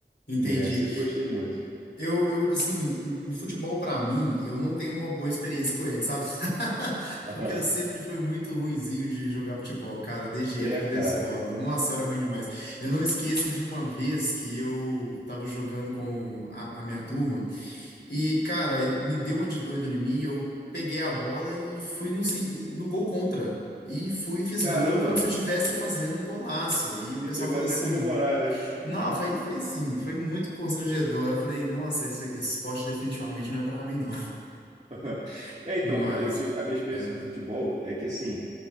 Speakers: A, on the left; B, on the right.
A: Entendi.
B: né? Sempre gostei muito.
A: Eu, eu assim, eu- o futebol pra mim, eu não tenho uma boa experiência com ele, sabe? <laughs>
B: Aham.
A: Porque eu sempre fui muito ruinzinho de jogar futebol, cara, desde
B: É,
A: a época
B: cara.
A: da escola. Nossa, era ruim demais. Eu não esqueço de uma vez que eu tava jogando com a, a minha turma e, cara, me deu uma de doido em mim, eu peguei a bola e fui no, sen- no gol contra. E fui e fiz
B: Caramba!
A: gol como se eu estivesse fazendo um golaço. E o
B: E
A: pessoal
B: chegou
A: falou
B: até
A: assim.
B: a comemorar, né?
A: Não, foi, foi sim, foi muito constrangedor. Eu falei, nossa, esse, esse esporte definitivamente não é pra mim, não.
B: <laughs>
A: <laughs>
B: É, então,
A: Mas,
B: cara, eu tive a minha experiência
A: é.
B: com futebol é que assim,